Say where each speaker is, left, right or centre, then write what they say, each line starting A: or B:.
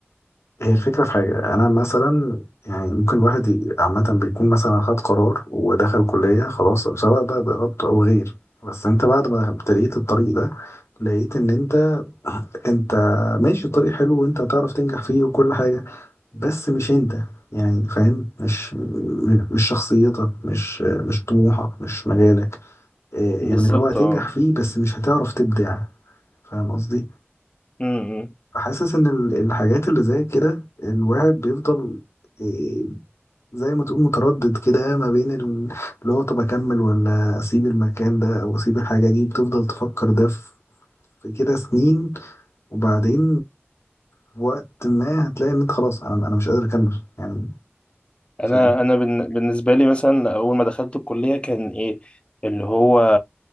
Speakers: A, on the left; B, on the left.
A: هي الفكرة في حاجة أنا مثلا يعني ممكن الواحد ي- عامة بيكون مثلا خد قرار ودخل كلية خلاص سواء بقى بإرادته أو غير بس أنت بعد ما ابتديت الطريق ده لقيت إن أنت <clears throat> أنت ماشي الطريق حلو وأنت هتعرف تنجح فيه وكل حاجة بس مش أنت يعني فاهم مش م- مش شخصيتك مش مش طموحك مش مجالك إيه،
B: بالظبط
A: يعني اللي هو هتنجح
B: اه
A: فيه بس مش هتعرف تبدع فاهم قصدي؟
B: م- م.
A: حاسس ان ال- الحاجات اللي زي كده الواحد بيفضل إيه، زي ما تقول متردد كده ما بين ال- اللي هو طب اكمل ولا اسيب المكان ده او اسيب الحاجة دي بتفضل تفكر ده في في كده سنين وبعدين في وقت ما هتلاقي ان انت خلاص انا انا مش قادر اكمل يعني فاهم
B: انا انا بالن- بالنسبه لي مثلا اول ما دخلت الكليه كان ايه اللي هو